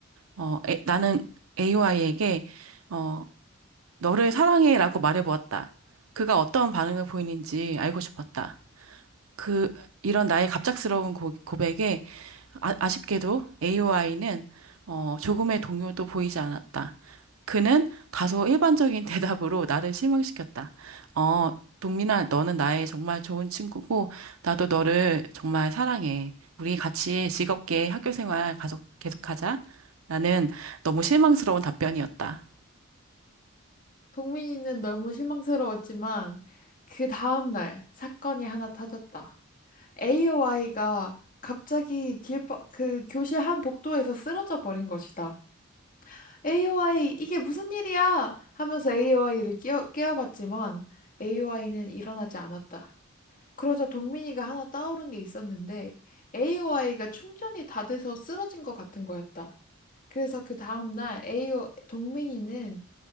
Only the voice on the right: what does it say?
어, 에- 나는 a i 에게 어, 너를 사랑해라고 말해보았다. 그가 어떤 반응을 보이는지 알고 싶었다. 그 이런 나의 갑작스러운 고, 백에 아, 아쉽게도 AOI는 어, 조금의 동요도 보이지 않았다. 그는 다소 일반적인 <laughs> 대답으로 나를 실망시켰다. 어, 동민아, 너는 나의 정말 좋은 친구고, 나도 너를 정말 사랑해. 우리 같이 즐겁게 학교 생활 가속, 계속하자. 라는 너무 실망스러운 답변이었다.